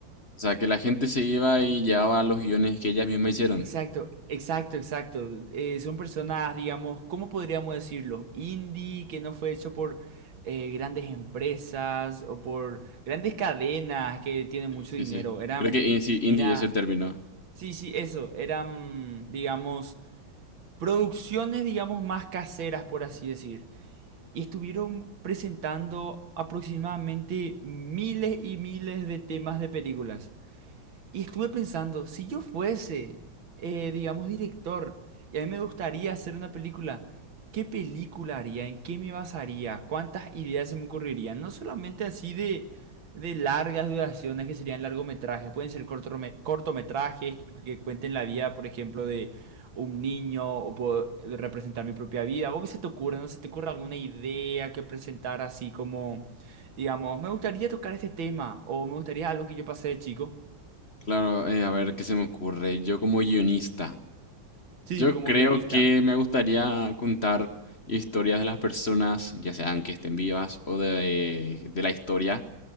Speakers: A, on the left; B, on the right.
A: O sea, que la gente se iba y llevaba los guiones que ellas mismas hicieron.
B: Exacto, exacto, exacto. Eh, son personas, digamos, ¿cómo podríamos decirlo? Indie, que no fue hecho por eh, grandes empresas o por grandes cadenas que tienen
A: Sí,
B: mucho
A: sí,
B: dinero.
A: sí.
B: Eran,
A: Creo que in- sí, indie
B: era
A: es el término.
B: Sí, sí, eso. Eran, digamos, producciones, digamos, más caseras, por así decir. Y estuvieron presentando aproximadamente miles y miles de temas de películas. Y estuve pensando, si yo fuese, eh, digamos, director, y a mí me gustaría hacer una película, ¿qué película haría? ¿En qué me basaría? ¿Cuántas ideas se me ocurrirían? No solamente así de, de largas duraciones que serían largometrajes, pueden ser cortrome- cortometrajes que cuenten la vida, por ejemplo, de un niño o puedo representar mi propia vida. ¿Vos qué se te ocurre? ¿No se te ocurre alguna idea que presentar así como, digamos, me gustaría tocar este tema o me gustaría algo que yo pasé de chico?
A: Claro, eh, a ver qué se me ocurre. Yo como guionista,
B: Sí,
A: yo
B: como
A: creo
B: guionista.
A: que me gustaría contar historias de las personas, ya sean que estén vivas o de, de la historia,